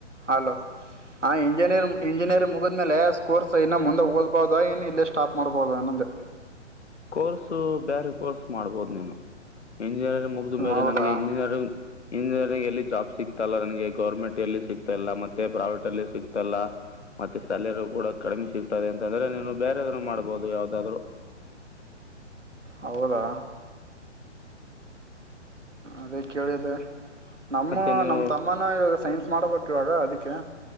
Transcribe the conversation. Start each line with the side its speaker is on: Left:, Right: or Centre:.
Right: ಅಲೋ ಹಾ ಇಂಜಿನಿಯರಿ್ ಇಂಜಿನಿಯರಿಂಗ್ ಮುಗಿದ್ಮೇಲೆ ಕೋರ್ಸ್ ಇನ್ನು ಮುಂದೆ ಓದ್ಬೋದಾ ಇನ್ನು ಇಲ್ಲೇ ಸ್ಟಾಪ್ ಮಾಡ್ಬೋದ ಅನ್ನೊದು
Left: ಕೋರ್ಸ ಬೇರೆ ಕೋರ್ಸ್ ಮಾಡ್ಬೋದು ನೀನು ಇಂಜಿನಿಯರಿಂಗ್ ಮುಗ್ದ ಮೇಲೆ
Right: ಹೌದಾ
Left: ನನಗೆ ಇಂಜಿನಿಯರಿಂಗ್ ಇಂಜಿನಿಯರಿಂಗ್ ಎಲ್ಲಿ ಜಾಬ್ ಸಿಗ್ತಲ್ಲ ನನಗೆ ಗವರ್ಮೆಂಟ್ ಎಲ್ಲಿ ಸಿಗ್ತಾ ಇಲ್ಲ ಮತ್ತೆ ಪ್ರೈವೇಟ್ ಅಲ್ಲಿ ಸಿಗ್ತಲ್ಲ ಮತ್ತೆ ಸ್ಯಾಲರಿ ಕೂಡ ಕಡಿಮೆ ಸಿಗ್ತದೆ ಅಂತಂದ್ರೆ ನೀನು ಬೇರೊ ಮಾಡ್ಬಹುದು ಯಾವ್ದಾದ್ರು
Right: ಹೌದಾ ಅದೇ ಕೇಳಿದೆ ನಮ್ಮ
Left: ಮತ್ತು ನೀವು
Right: ನಮ್ಮ ತಮ್ಮನ ಇವಾಗ ಸೈನ್ಸ್ ಮಾಡಬೇಕು ಇವಾಗ ಅದಕ್ಕೆ